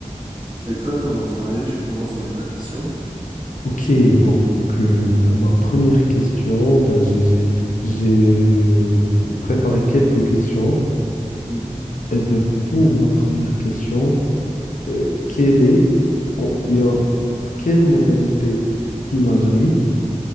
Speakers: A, on the right; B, on the left.
A: C'est exactement ça. Allez, tu commences avec ta question.
B: Ok, donc euh, pour ma première question, ben, j'ai j'ai- j'ai, euh, préparé quelques questions.
A: Mhm,
B: Et ben, pour ma première question, euh, quelle est ou bien
A: mhm.
B: quelle modalité d'imagerie